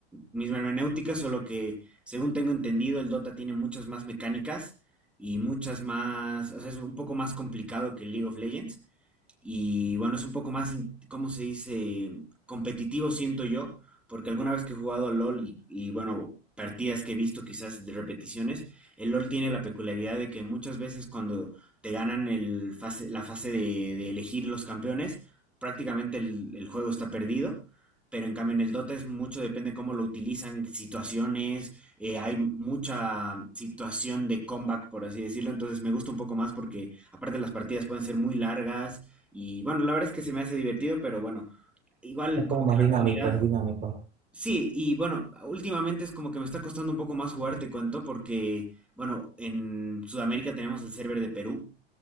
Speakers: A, in the centre; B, on the right.
A: Misma hermenéutica, solo que, según tengo entendido, el Dota tiene muchas más mecánicas y muchas más, o sea, es un poco más complicado que el League of Legends, y bueno, es un poco más, in- ¿cómo se dice? Competitivo, siento yo, porque alguna vez que he jugado a LOL y, y, bueno, partidas que he visto quizás de repeticiones, el LOL tiene la peculiaridad de que muchas veces cuando te ganan el fase, la fase de, de elegir los campeones, prácticamente el, el juego está perdido. Pero en cambio en el Dota es mucho, depende cómo lo utilizan, situaciones, eh, hay mucha situación de comeback, por así decirlo, entonces me gusta un poco más porque aparte las partidas pueden ser muy largas, y bueno, la verdad es que se me hace divertido, pero bueno, igual
B: Es
A: como
B: como más
A: que la
B: dinámico,
A: comunidad,
B: es dinámico.
A: sí, y bueno, últimamente es como que me está costando un poco más jugar, te cuento, porque bueno, en Sudamérica tenemos el server de Perú